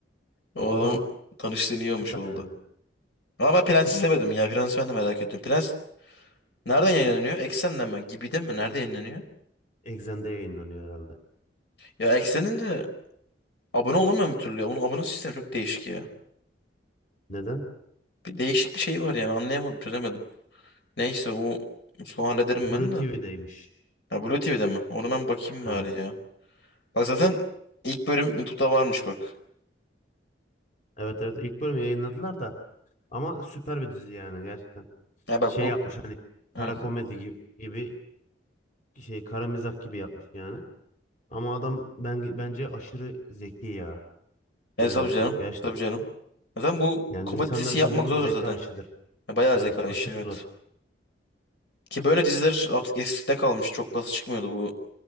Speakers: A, on the left; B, on the left.
A: Oğlum
B: O adam
A: tanıştığın iyi
B: Süper
A: olmuş oldu.
B: yani.
A: Ama ben Prens izlemedim ya. Prens ben de merak ediyorum. Prens nereden yayınlanıyor? Eksen'den mi? Gibi'de mi? Nerede yayınlanıyor?
B: Exxen'de yayınlanıyor herhalde.
A: Ya Eksen'in de abone olamıyorum bir türlü ya. Bunun abone sistemi çok değişik ya.
B: Neden?
A: Bir değişik bir şey var yani. Anlayamadım, çözemedim. Neyse o son hallederim
B: Blue
A: ben
B: TV'deymiş.
A: de. Ha Blue TV'de mi? Onu ben bakayım bari
B: Evet.
A: ya. Bak zaten ilk bölüm YouTube'da varmış bak.
B: Evet evet ilk bölümü yayınladılar da ama süper bir dizi yani gerçekten.
A: Ya bak
B: Şey
A: bu...
B: yapmış hani kara
A: Hı.
B: komedi gibi, gibi şey kara mizah gibi yapmış yani. Ama adam ben bence aşırı zeki ya
A: E,
B: Giray
A: tabii
B: Altınok
A: canım.
B: gerçekten.
A: Tabii canım. Zaten bu
B: Yani
A: komedi
B: insanları
A: dizisi
B: güldürmek
A: yapmak zor
B: zeka
A: zaten.
B: işidir.
A: Ya, bayağı
B: Evet
A: zeka
B: çok
A: işi
B: aşırı
A: evet.
B: zor.
A: Ki böyle diziler artık eskide kalmış. Çok fazla çıkmıyordu bu.